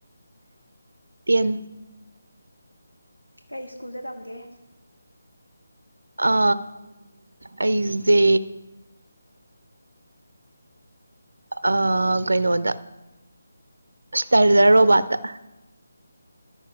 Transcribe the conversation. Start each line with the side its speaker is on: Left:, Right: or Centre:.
Right: ꯇꯦꯝ
Left: ꯀꯔꯤ ꯁ꯭ꯀꯨꯜꯗ ꯇꯝꯒꯦ
Right: ꯑ ꯑꯩꯁ ꯗ ꯑ ꯀꯩꯅꯣꯗ ꯁꯇꯔꯗ ꯔꯣꯕꯥꯠꯇ